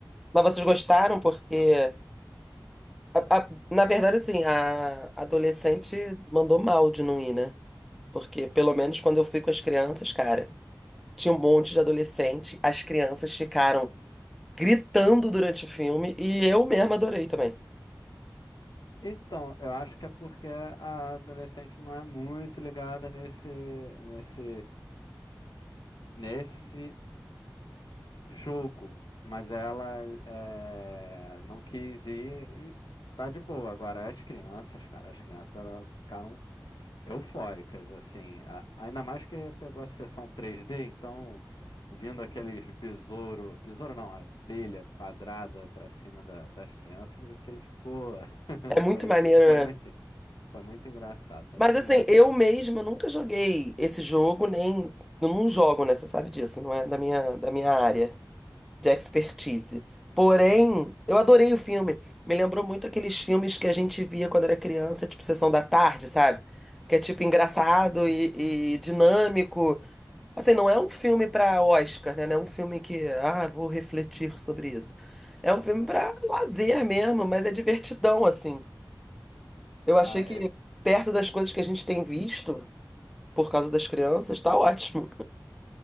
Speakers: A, in the centre; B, on the left.
A: Mas vocês gostaram porque, a- a- na verdade, assim, a adolescente mandou mal de não ir, né? Porque, pelo menos, quando eu fui com as crianças, cara, tinha um monte de adolescente, as crianças ficaram gritando durante o filme e eu mesma adorei também.
B: Então, eu acho que é porque a adolescente não é muito ligada nesse, nesse, nesse jogo, mas ela é, não quis ir e tá de boa. Agora, as crianças, cara, as crianças elas ficaram Eufóricas, assim. A- Ainda mais que pegou a sessão 3D, então vindo aqueles besouro, besouro não, abelha quadrada pra cima da- das crianças, aquilo ficou <laughs>
A: É muito
B: foi
A: maneiro,
B: foi muito
A: né?
B: foi muito engraçado, foi
A: Mas,
B: muito
A: assim,
B: engraçado.
A: eu mesma nunca joguei esse jogo, nem. Eu não jogo, né? Você sabe disso, não é da minha, da minha área. de expertise. Porém, eu adorei o filme. Me lembrou muito aqueles filmes que a gente via quando era criança, tipo Sessão da Tarde, sabe? Que é tipo engraçado e, e dinâmico. Assim, não é um filme para Oscar, né? Não é um filme que, ah, vou refletir sobre isso. É um filme para lazer mesmo, mas é divertidão, assim. Eu
B: Ah,
A: achei que
B: eu-
A: perto das coisas que a gente tem visto por causa das crianças, tá ótimo.